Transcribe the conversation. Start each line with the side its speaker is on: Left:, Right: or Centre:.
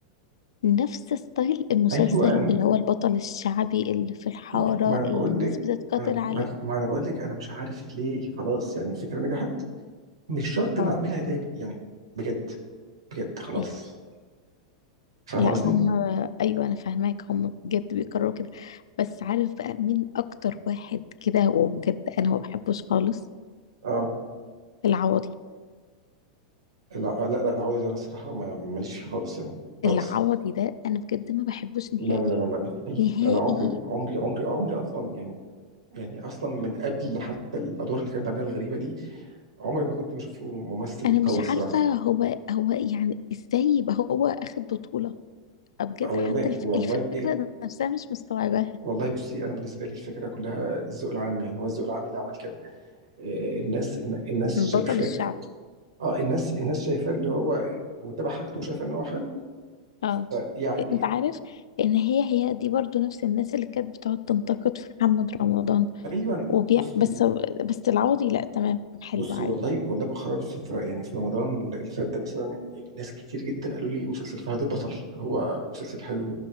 Left: نفس ستايل المسلسل
Right: ايوه
Left: اللي هو البطل الشعبي اللي في الحارة
Right: ما, ما انا بقول
Left: اللي الناس
Right: لك
Left: بتتقاتل
Right: ما, أنا-
Left: عليه
Right: ما, ما انا بقول لك انا مش عارف ليه خلاص يعني الفكره نجحت مش شرط
Left: اه
Right: نعملها تاني يعني بجد بجد خلاص
Left: ايوه
Right: فاهم
Left: لا
Right: قصدي؟
Left: هم ايوه انا فاهماك هم بجد بيكرروا كده بس عارف بقى مين اكتر واحد كده وبجد انا ما بحبوش خالص
Right: اه
Left: العوضي
Right: لا آه، لا لا العوادي ده انا الصراحه ما- ماليش فيه خالص يعني خالص
Left: العوضي ده انا بجد ما بحبوش نهائي
Right: لا لا لا لا مستحيل
Left: نهائي
Right: انا عمري عمري عمري عمري اصلا يعني يعني اصلا من قبل حتى الادوار اللي كان بيعملها الغريبه دي عمري ما كنت بشوفه ممثل
Left: انا مش
Right: قوي الصراحه
Left: عارفة هو هو يعني ازاي يبقى هو اخد بطولة بجد
Right: آه، والله
Left: حتى الف-
Right: والله
Left: الفكرة نفسها مش مستوعباها
Right: والله بصي انا بالنسبه لي الفكره كلها الذوق العام يعني هو الذوق العام اللي عمل كده آه، الناس الن- الناس
Left: بطل
Right: شايفاه
Left: الشعبي
Right: اه الناس الناس شايفاه اللي هو وتابع حاجته وشايفه ان هو حلو
Left: اه
Right: ف- يعني
Left: انت عارف ان هي هي دي برضو نفس الناس اللي كانت بتقعد تنتقد في محمد رمضان
Right: ايوه
Left: وبيع
Right: بصي
Left: بس بس العوضي لا تمام حلو
Right: بصي
Left: عادي
Right: والله والله مؤخرا فترة يعني في رمضان اللي فات ده مثلا يعني ناس كتير جدا قالوا لي مسلسل فهد البطل هو مسلسل حلو